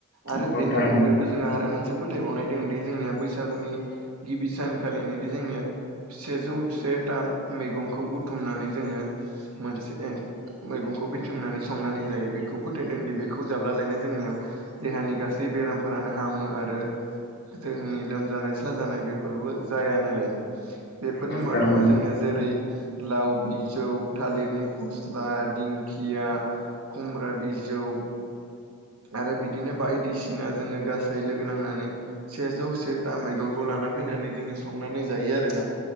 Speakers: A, on the right (about 70°); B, on the left (about 45°).
A: आरो
B: नंगौ नोंथां
A: बेनि अनगायैबो आरो जोंहा आरो मोनसे फोथायबावनाय दङदि जोंनिया बैसागुनि गिबि सानखालिनोदि जोंनिया सेजौ सेथा मैगंखौ बुथुमनानै जोङो मोनसे मैगंखौ बुथुमनानै संनानै जायो बेखौ फोथायदों दि बेखौ जाब्लालायनो जोंनियाव देहानि गासै बेरामफोरानो हामो आरो जोंनि लोमजानाय साजानाय बेफोरबो जायालायनो।
B: नंगौ
A: बेफोरनि मादावनो
B: नंगौ
A: जोंनिया जेरै लाव बिजौ थालिरनि फस्ला दिं खिया खुमब्रा बिजौ आरो बिदिनो बायदिसिना जोङो गासै लोगो नांनानै सेजौ सेथा मैगंखौ लाना फैनानै जोङो संनानै जायो आरोना।